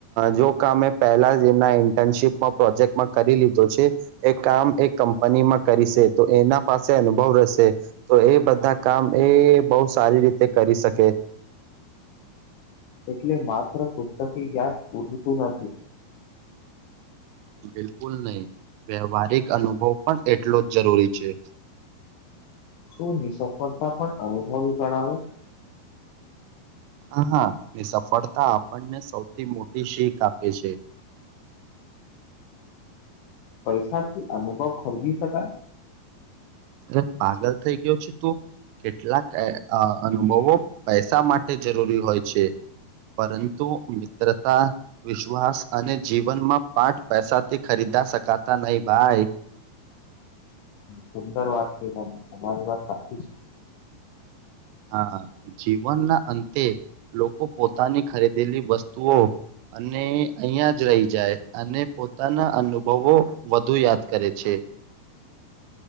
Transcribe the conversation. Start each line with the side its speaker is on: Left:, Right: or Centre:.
Right: જો કમે પહેલા જ એના ઇન્ટર્નશીપમાં પ્રોજેક્ટમાં કરી લીધો છે. એ કામ એ કંપનીમાં કરી છે તો એના પાસે અનુભવ રહેશે. તો એ બધા કામ એ બહુ સારી રીતે કરી શકે.
Left: એટલે માત્ર પુસ્તક જ્યાન પૂલતું નથી.
Right: બિલકુલ નહી વ્યવહારિક અનુભવ પણ એટલો જ જરૂરી છે.
Left: શું નીસફળતા પણ અનુભવી ગણાવે.
Right: હા હા સફળતા આપણને સૌથી મોટી શીખ આપે છે.
Left: પૈસા કે અનુભવ ખરીદી શકાય.
Right: અ પાગલ થઈ ગયો છે કેટલાક. અ અનુભવો પૈસા માટે જરૂરી હોય છે. પરંતુ મિત્રતા. વિશ્વાસ અને જીવનમાં પાઠ પૈસા થી ખરીદા શકાતા નહીિ ભાઈ.
Left: સુંદર વાત છે તમને તમારી વાત સાચી છે.
Right: હા જીવનના અંતે લોકો પોતાની ખરીદેલી વસ્તુઓ અને અહિયાં જ રહી જાય અને પોતાના અનુભવો. વધુ યાદ કરે છે.